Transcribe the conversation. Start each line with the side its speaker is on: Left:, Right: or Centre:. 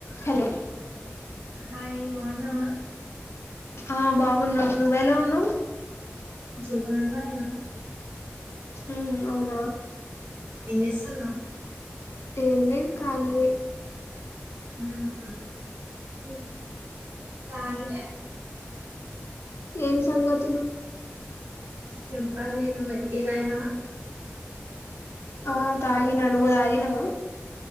Left: Hello
Right: hi బాగున్నావా
Left: ఆ బాగున్నాం నువ్వెలా ఉన్నావు
Right: సూపరున్నా నేను
Left: ఉమ్ అవునా
Right: ఏం చేస్తున్నావ్
Left: ఏం లేదు కాలియే
Right: హ్మ్మ్ కాలి
Left: ఏం సంగతులు
Right: చెప్పాలె నువ్వే టీ దాగినావ
Left: ఆ తాగిన నువ్ తాగినవా